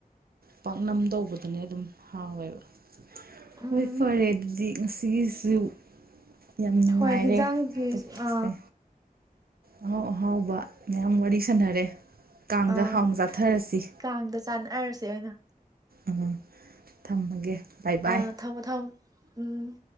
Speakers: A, on the right (about 80°); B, on the right (about 25°).
A: ꯄꯥꯛꯅꯝ ꯇꯧꯕꯗꯨꯅꯦ ꯑꯗꯨꯝ ꯍꯥꯎꯋꯦꯕ
B: ꯎꯝ
A: ꯍꯣꯏ ꯐꯔꯦ ꯑꯗꯨꯗꯤ ꯉꯁꯤꯒꯤꯁꯨ ꯌꯥꯝ ꯅꯨꯡꯉꯥꯏꯔꯦ
B: ꯍꯣꯏ ꯍꯦꯟꯖꯥꯡꯒꯤ
A: ꯇꯣꯄꯤꯛꯁꯦ
B: ꯑ
A: ꯑꯍꯥꯎ ꯑꯍꯥꯎꯕ ꯃꯌꯥꯝ ꯋꯥꯔꯤ ꯁꯥꯟꯅꯔꯦ ꯀꯥꯡꯗ
B: ꯑꯥ
A: ꯍꯥꯎꯅ ꯆꯥꯊꯔꯁꯤ
B: ꯀꯥꯡꯗ ꯆꯥꯅꯔꯁꯦ ꯑꯣꯏꯅ
A: ꯎꯝ ꯊꯝꯃꯒꯦ ꯕꯥꯏ ꯕꯥꯏ
B: ꯑ ꯊꯝꯃꯣ ꯊꯝꯃꯣ ꯎꯝ